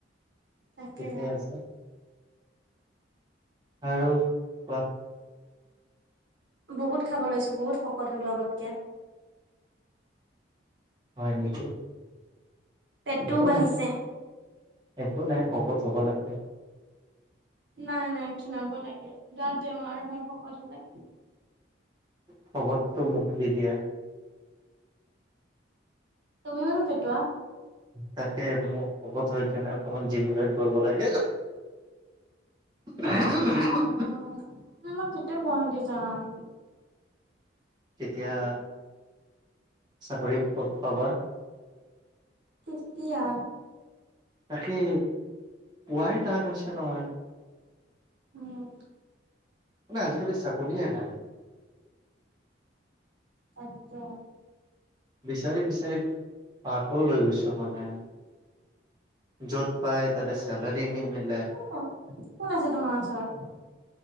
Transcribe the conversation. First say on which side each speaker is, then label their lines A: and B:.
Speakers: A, on the right; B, on the right.
A: তাকেহে
B: ঠিকে আছে। আৰু কোৱা
A: বহুত খাব লৈছো বহুত শকত হ'লো আগতকে।
B: হয় নেকি।
A: পেটটোও
B: একো
A: বাঢ়িছে।
B: নাই একো নাই শকত হব লাগে।
A: নাই নাই ক্ষিনাব লাগে, গাত বেমাৰ হয় শকত হলে।
B: শকতটো মোক দি দিয়া।
A: তুমিতো পেটোৱা
B: তাকে মোক শকত হৈ কিনে অকমান জিম জৈন কৰিব লাগে। ৰা ৰা <unintelligible>
A: অঁ, মই কেতিয়া গুৱাহাটী যাম।
B: তেতিয়া চাকৰি পাবা।
A: কেতিয়া?
B: তাকে পোৱাইটান হৈছে নহয়।
A: উম।
B: না আজিকালি চাকৰিয়ে নাই।
A: আচ্ছা।
B: বিচাৰি বিচাৰি পাগল হৈ গৈছো মানে। যত পাই তাতে চেলাৰি নিমিলে।
A: ক কোন আছে তোমাৰ ওচৰত?